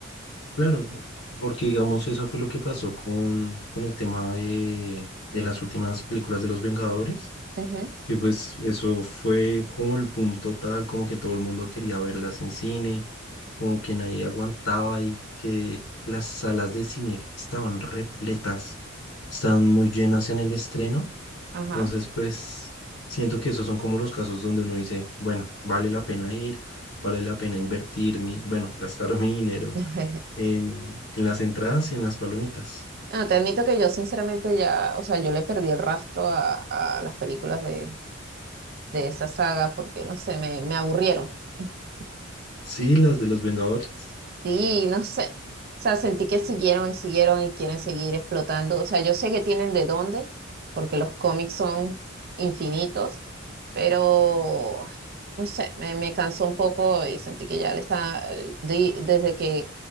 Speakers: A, on the left; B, on the right.
A: Claro, porque digamos eso fue lo que pasó con, con el tema de, de las últimas películas de Los Vengadores.
B: Ujú,
A: que pues eso fue como el boom total, como que todo el mundo quería verlas en cine, como que nadie aguantaba y que las salas de cine estaban repletas, estaban muy llenas en el estreno.
B: ajá.
A: Entonces, pues siento que esos son como los casos donde uno dice, bueno, vale la pena ir, vale la pena invertir mi, bueno, gastar <laughs> mi dinero
B: <laughs>
A: en, en las entradas y en las palomitas.
B: Bueno, te admito que yo sinceramente ya, o sea, yo le perdí el rastro a, a las películas de, de esa saga porque, no sé, me, me aburrieron. <laughs>
A: Sí, las de los Vengadores.
B: Sí, no sé. O sea, sentí que siguieron y siguieron y quieren seguir explotando. O sea, yo sé que tienen de dónde, porque los cómics son infinitos, pero no sé, me, me cansó un poco y sentí que ya le está, di- desde que